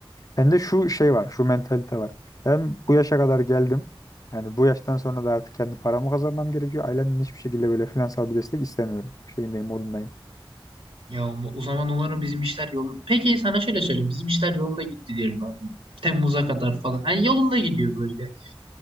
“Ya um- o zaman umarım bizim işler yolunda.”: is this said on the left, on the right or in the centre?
Right